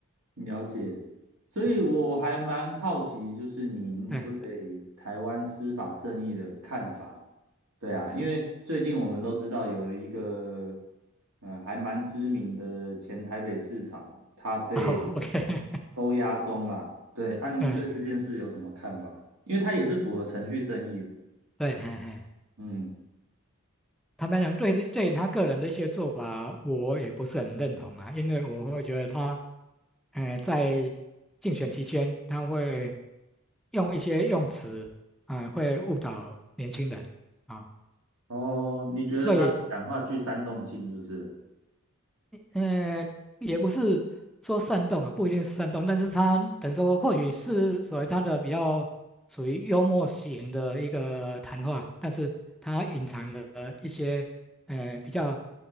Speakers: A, on the right (about 80°); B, in the centre.
A: 了解。所以我还蛮好奇，
B: 嗯，
A: 就是您对台湾司法正义的看法。
B: 对，
A: 对啊，因为最近我们都知道有一个，呃，还蛮知名的前台北市长，他被
B: 好，OK，<laughs>
A: 收押中啦。对，安您对这件事有什么看法？
B: 对，嗯
A: 因为他也是符合程序正义的。
B: 对，嘿嘿。
A: 嗯，
B: 坦白讲，对对他个人的一些做法，我也不是很认同啊，因为我会觉得他，呃，在竞选期间，他会用一些用词，啊、会误导年轻人啊，
A: 哦，你觉得他的讲话具煽动性就是
B: 所以，呃，也不是说煽动啊，不一定是煽动，但是他等于说，或许是所谓他的比较属于幽默型的一个谈话，但是他隐藏了一些，呃，比较